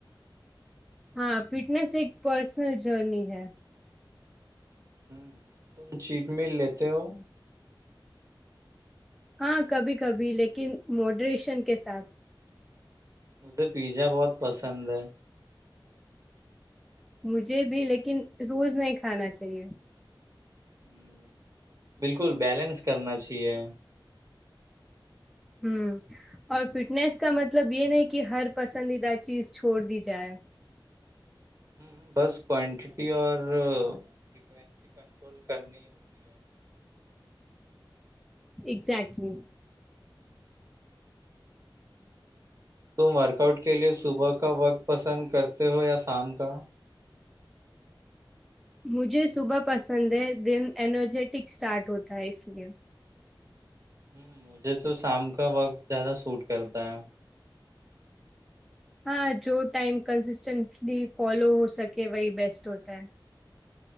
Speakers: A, in the centre; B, on the right.
A: ہاں فٹنس ایک پرسنل جرنی ہے
B: ہاو تو چیٹ مل لی توو
A: ہاں کبھی کبھی لیکن موڈریشن کے ساتھ
B: مجھے پیزا بہت پسند ہے
A: مجھے بھی لیکن روز نہیں کھانا چاہیے
B: ہوں بالکل بیلنس کرنا چاہیے
A: ہ اور فٹنس کا مطلب یہ نہیں کہ ہر پسندیدہ چیز چھوڑ دی جائے
B: ہ بس کوانٹیٹی اور فریکوینسی کنٹرول کرنی ہوتی ہے
A: اگزیکٹلی
B: تم ورک آؤٹ کے لیے صبح کا وقت پسند کرتے ہو یا شام کا
A: مجھے صبح پسند ہے دن انرجیٹک اسٹارٹ ہوتا ہے اس لیئے
B: ہ مجھے تو شام کا وقت زیادہ سوٹ کر کتا
A: ہاں جو ٹائم کنسسٹینٹلی فالو ہو سکے وہی بیسٹ ہوتا ہے